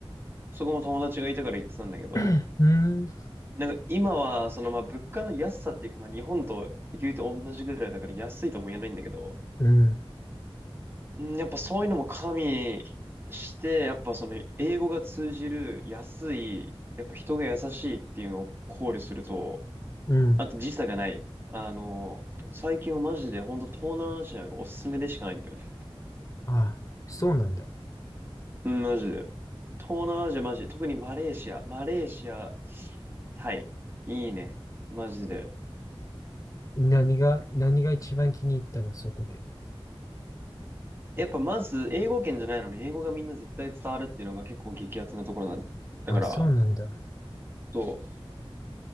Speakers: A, on the right; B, on the left.
A: そこも友達がいたから行ってたんだけど、
B: <clears throat> うーん。
A: なんか今は、その、まあ、物価の安さっていうか、まあ、日本と言うと同じぐらいだから安いとも言えないんだけど、
B: うん。
A: うんやっぱそういうのも加味して、やっぱその、英語が通じる安い、やっぱ人が優しいっていうのを考慮すると、
B: うん。
A: あと時差がない。あの、最近はマジで、本当東南アジアがおすすめでしかないんだよね。
B: あ、そうなんだ。
A: うん、マジで。東南アジアマジで、特にマレーシア、マレーシア、タイ。いいね。マジで。
B: 何が、何が一番気に入ったの、そこで。
A: やっぱまず、英語圏じゃないのに、英語がみんな絶対伝わるっていうのが結構激アツなところなんだだから、
B: あ、そうなんだ。
A: そう、